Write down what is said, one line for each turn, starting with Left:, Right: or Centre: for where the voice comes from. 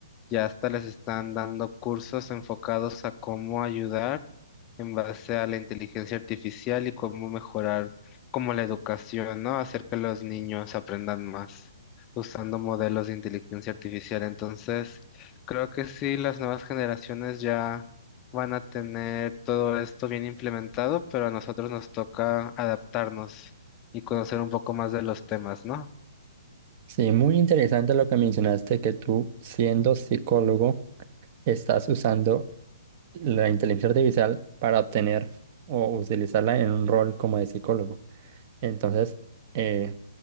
Left: Ya hasta les están dando cursos enfocados a cómo ayudar en base a la inteligencia artificial y cómo mejorar como la educación, ¿no? Hacer que los niños aprendan más usando modelos de inteligencia artificial. Entonces, creo que sí, las nuevas generaciones ya van a tener todo esto bien implementado, pero a nosotros nos toca adaptarnos y conocer un poco más de los temas, ¿no?
Right: Sí, muy interesante lo que mencionaste, que tú, siendo psicólogo, estás usando la inteligencia artificial para obtener o utilizarla en un rol como de psicólogo. Entonces, eh,